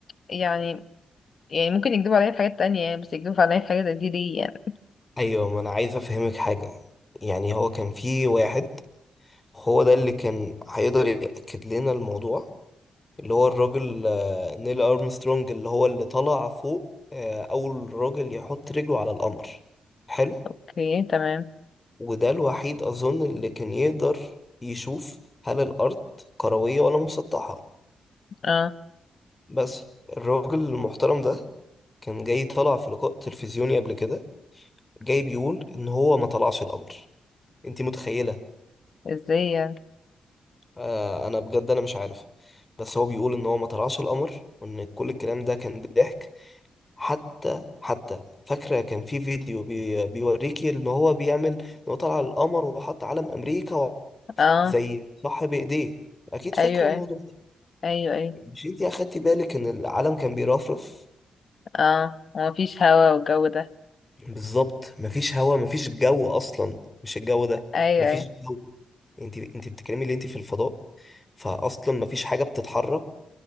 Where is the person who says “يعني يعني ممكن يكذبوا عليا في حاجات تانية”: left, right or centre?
Left